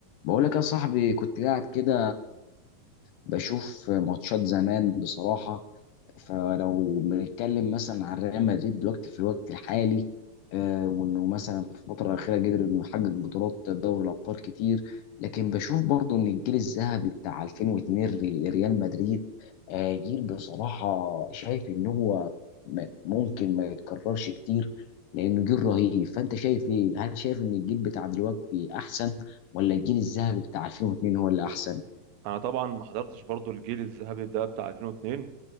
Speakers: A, on the left; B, on the right.
A: بقول لك يا صاحبي كنت قاعد كده بشوف ماتشات زمان بصراحة فلو بنتكلم مثلا عن ريال مدريد دلوقتي في الوقت الحالي آه، وانه مثلا في الفتره الاخيره قدر انه يحقق بطولات دوري الابطال كتير لكن بشوف برضه ان الجيل الذهبي بتاع 2002 لريال مدريد آه، جيل بصراحه شايف ان هو م- ممكن ما يتكررش كتير لانه جيل رهيب فانت شايف ايه هل شايف ان الجيل بتاع دلوقتي احسن ولا الجيل الذهبي بتاع 2002 هو اللي احسن
B: انا طبعا ما حضرتش برضو الجيل الذهبي ده بتاع 2002